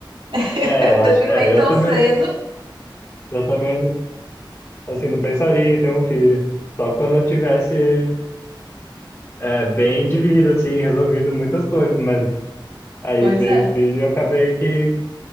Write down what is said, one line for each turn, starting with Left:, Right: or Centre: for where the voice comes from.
Right: <laughs>
Left: É, eu acho.
Right: Ter filho
Left: É,
Right: nem tão
Left: eu também,
Right: cedo.
Left: Eu também, não- assim, não pensaria em ter um filho. Só quando eu tivesse é, bem de vida, assim, resolvido muitas coisas, mas aí
Right: Pois
Left: veio
Right: é.
Left: o filho e eu acabei que